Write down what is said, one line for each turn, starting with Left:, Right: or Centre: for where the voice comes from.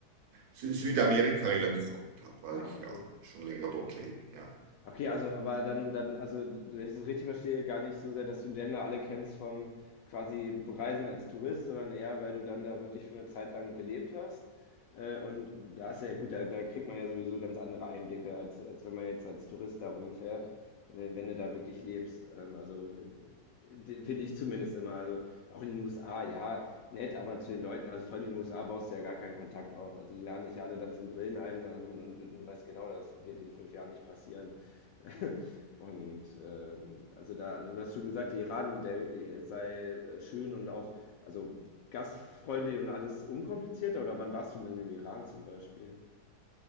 Right: Sü- Südamerika relativ gut, halt, weil
Left: Ah,
Right: ich
Left: okay.
Right: ja schon länger dort lebe. Ja.
Left: Okay, also, aber dann, dann, also, wenn ich das richtig verstehe, gar nicht so sehr, dass du die Länder alle kennst vom quasi Bereisen als Tourist, sondern eher, weil du dann da wirklich für eine Zeit lang gelebt hast Äh, und da ist ja gut, da, da kriegt man ja sowieso ganz andere Einblicke, als, als wenn man jetzt als Tourist da rumfährt, wenn, wenn du da wirklich lebst. Ähm, also äh, finde ich zumindest immer. Also auch in den USA, ja, nett, aber zu den Leuten, also vor allem in den USA baust du ja gar keinen Kontakt auf. Also die laden dich ja alle dann zum Grillen ein ähm, und, und, und weißt genau, das wird in fünf Jahren nicht passieren. <laughs> Und ähm, also da, du hast schon gesagt, die Iran, der sei schön und auch, also gastfreundlich und alles unkomplizierter? Oder wann warst du denn im Iran zum Beispiel?